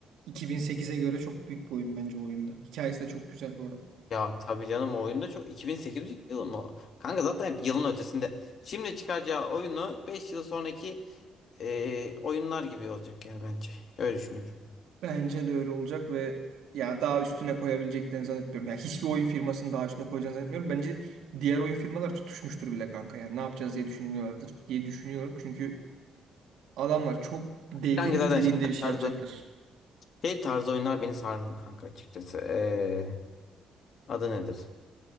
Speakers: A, on the right; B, on the left.
A: 2008'e göre çok büyük bir oyun bence o oyunda. Hikayesi de çok güzel bu arada.
B: Ya tabii canım o oyunda çok 2008 yılı mı? Kanka zaten hep yılın ötesinde. Şimdi çıkaracağı oyunu 5 yıl sonraki e, oyunlar gibi olacak yani bence. Öyle düşünüyorum.
A: Bence de öyle olacak ve ya daha üstüne koyabileceklerini zannetmiyorum. Ya hiçbir oyun firmasının daha üstüne koyacağını zannetmiyorum. Bence diğer oyun firmalar tutuşmuştur bile kanka. Yani ne yapacağız diye düşünüyorlardır diye düşünüyorum. Çünkü adamlar çok devrim
B: Kanka
A: niteliğinde
B: zaten şey tarzı
A: bir şey yapacaklar.
B: şey tarzı oyunlar beni sarmıyor kanka açıkçası. E, adı nedir?